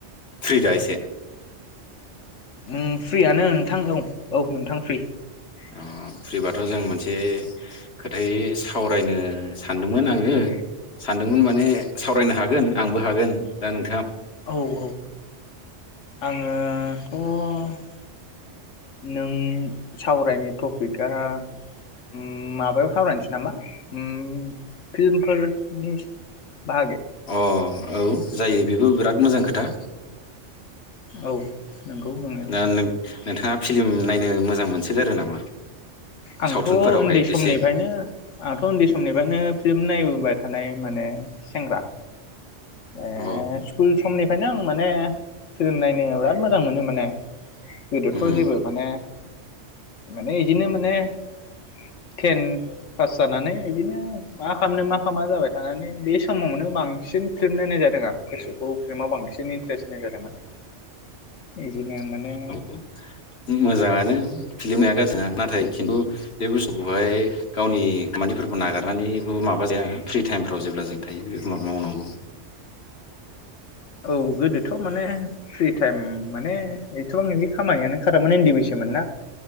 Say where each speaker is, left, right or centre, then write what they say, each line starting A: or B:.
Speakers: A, on the left; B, on the left.
A: फ्रि दा एसे?
B: उम फ्रियानो नोंथां औ औ नोंथां फ्रि।
A: अ फ्रिबाथ' जों मोनसे खोथायै सावरायनो सानदोंमोन आङो सानदोंमोन माने सावरायनो हागोन आंबो हागोन दा नों
B: औ औ आङोथ' नों सावरायनाय टपिकआ उम माबायाव सावरायनोसै नामा उम फिल्मफोरनि बाहागै?
A: अ औ जायो बेबो बिराद मोजां खोथा।
B: औ नंगौ नंनायालाय।
A: दा नों नोंथाङा फिलिम नायनो मोजां मोनसगोग आरो नामा?
B: आंथ'
A: सावथुनफोरावहाय
B: उन्दै समनिफ्रायनो
A: एसे
B: आंथ' उन्दै समनिफ्रायनो फिल्म नायबोबाय थानाय माने सेंग्रा। ए
A: अ
B: स्कुल समनिफ्रायनो आं माने फिल्म नायनो बिराद मोजां मोनो माने गोदोथ'
A: उम
B: जेबो माने माने इदिनो माने टेन पास जानानै इदिनो मा खालामनो मा खालामा जाबाय थानानै बे समावनो बांसिन फिल्म नायनाय जादों आं गोसोखौ फिलिमाव बांसिन इन्टारेस्ट होनाय जादों माने। बिदिनो
A: <unintelligible>
B: माने
A: मोजांङानो फिल्मि <unintelligible> जोंङा नाथाय खिन्थु बे बुस्थुखौहाय गावनि खामानिफोरखौ नागारनानैबो माबा जाया फ्रि टाइमफ्राव जेब्ला जों थायो बे मावनांगौ।
B: औ गोदोथ' माने फ्रि टाइम माने एथ'बां इदि खामानियानो ओंखारामोन इन्दि बैसो मोनना